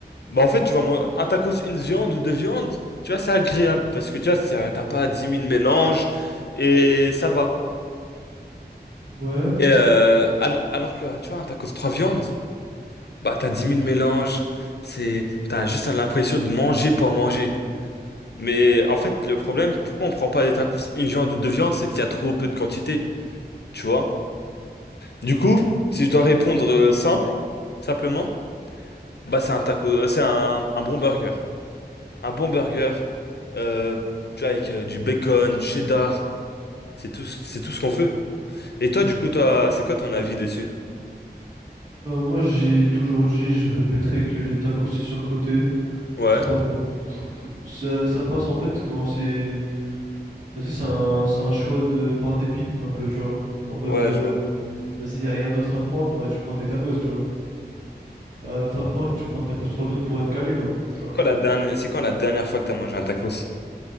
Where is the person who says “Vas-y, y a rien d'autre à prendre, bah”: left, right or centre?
Right